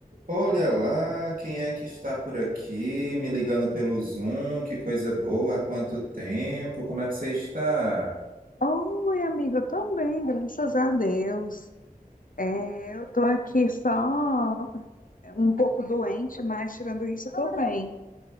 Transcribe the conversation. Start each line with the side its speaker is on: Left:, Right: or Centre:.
Right: Olha lá, quem é que está por aqui, me ligando pelo Zoom? Que coisa boa, há quanto tempo? Como é que você está?
Left: Oi, amiga, eu tô bem, graças a Deus. É, eu tô aqui só um pouco doente, mas tirando isso, eu tô bem.